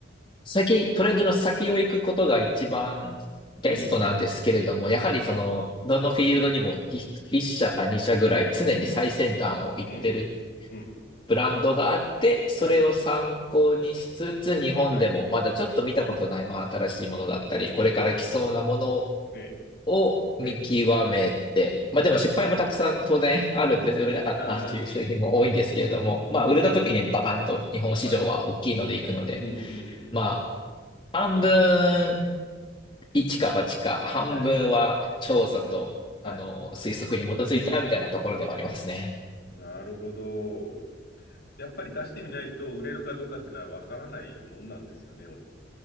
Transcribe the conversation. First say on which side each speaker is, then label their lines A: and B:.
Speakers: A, on the left; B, on the left.
A: 先、トレンドの先を行くことが一番ベストなんですけれども、
B: うん。
A: やはりその、
B: はい。
A: どのフィールドにもい一社か二社ぐらい常に最先端を行ってる
B: うん。うん。うん。うん。
A: ブランドがあって、それを参考にしつつ、
B: はい。
A: 日本でもまだちょっと見たことない、
B: はい。
A: まあ新しいものだったり、これから来そうなもの
B: はい。ええ。
A: を見極めて、
B: ええ。
A: まあでも失敗もたくさん当然あるんです。
B: はい。
A: 売れなかったっていう商品も多いんですけれども、
B: ああ、うん。
A: まあ売れた時にババンと日本市場は大きいので行くので、
B: はい。うん。うん。うん。うん。
A: まあ、半分一か八か、半分は調査と、
B: はい。はい。
A: あの、推測に基づいたみたいなところではありますね。
B: なるほど。やっぱり出してみないと売れるかどうかっていうのはわからないもんなんですよね。